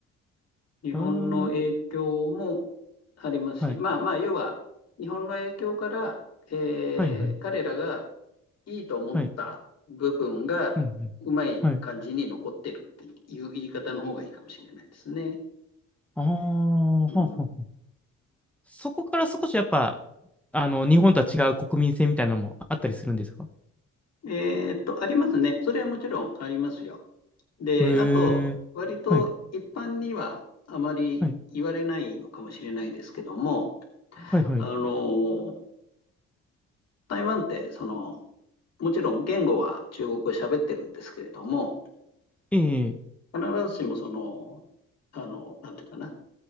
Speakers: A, on the left (about 55°); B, in the centre.
A: 日本の影響も
B: ーん。
A: ありますし、
B: はい。
A: まあまあ、要は、日本の影響から、えー彼らが
B: はい、はい、
A: いいと思った部分が、
B: はい。うん、うん。
A: うまい感じに残ってるっていう言い方の方がいいかもしれないですね。
B: はい。ああ、はあはあはあ
A: うん
B: そこから少しやっぱ、あの、日本とは違う国民性みたいなのもあったりするんですか
A: えーっと、ありますね。それはもちろんありますよ。で、
B: へ
A: あと、
B: え。
A: 割と一般にはあまり言われないのかもしれないですけども、
B: はい、はい、はい、はい。
A: あの、台湾って、その、もちろん言語は中国語喋ってるんですけれども、
B: ええ、
A: 必ずしもその、あの、なんていうかな、